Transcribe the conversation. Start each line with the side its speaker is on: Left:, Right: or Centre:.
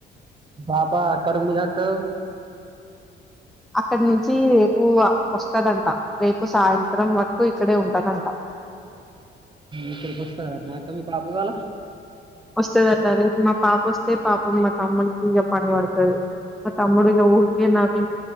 Right: బాపా అక్కడ ఉందిగా అక్కో
Centre: అక్కడ నుంచి రేపు వస్తదంట రేపు సాయంత్రం వరకు ఇక్కడే ఉంటదంట
Right: ఇక్కడికి వస్తదా అక్క మీ పాప ఇవ్వాలా
Centre: వస్తుందట రేపు మా పాప వస్తే పాప మత్త తమ్ముడికి ఇక పని పడుతుంది ఆ తమ్ముడిగా ఊరికే నాకు